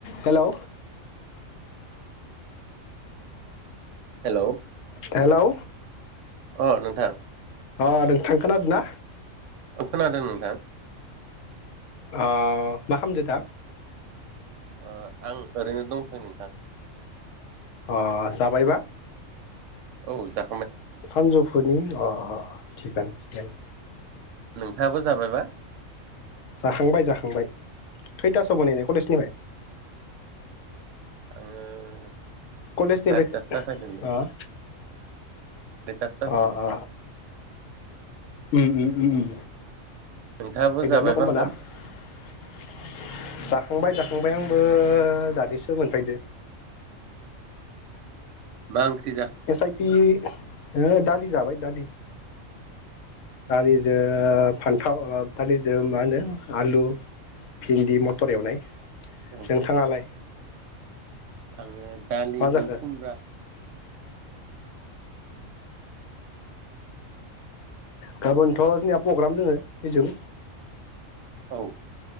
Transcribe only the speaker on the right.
hello
अ नोंथां।
औ खोनादों नोंथां।
ओ आं ओरैनो दंथयो नोंथां।
औ जा
नोंथाङाबो जाबायबा।
आङो
सारिथासो जाफैदोंलै
सारिथासो जाफैदों
नोंथाङाबो जाबायबा
ओंखाम
मा जाखो
औ
आङो दालिजों
खुमब्रा।
औ।